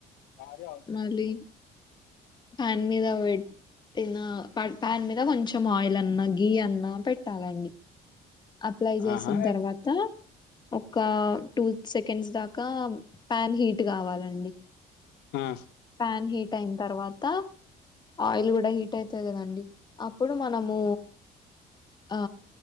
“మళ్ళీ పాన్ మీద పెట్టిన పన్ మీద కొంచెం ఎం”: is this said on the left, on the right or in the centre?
Left